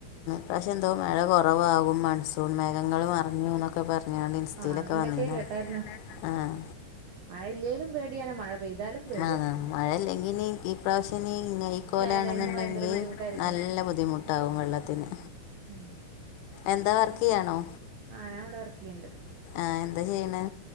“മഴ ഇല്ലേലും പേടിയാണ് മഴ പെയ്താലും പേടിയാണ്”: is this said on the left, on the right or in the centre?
Right